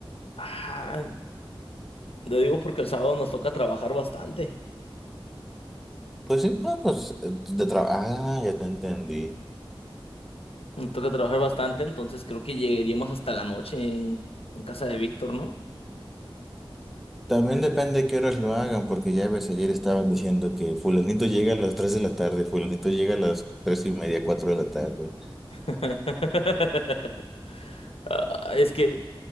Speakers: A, on the left (about 85°); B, in the centre.
A: ah, lo digo porque el sábado nos toca trabajar bastante.
B: Pues sí, no, pues eh, de trabajo. Ah, ya te entendí.
A: Me toca trabajar bastante, entonces creo que llegaríamos hasta la noche en, en casa de Víctor, ¿no?
B: También depende de qué horas lo hagan, porque ya ves, ayer estaban diciendo que fulanito llega a las 3 de la tarde, fulanito llega a las 3 y media, cuatro de la tarde.
A: <laughs> Ah, Es que,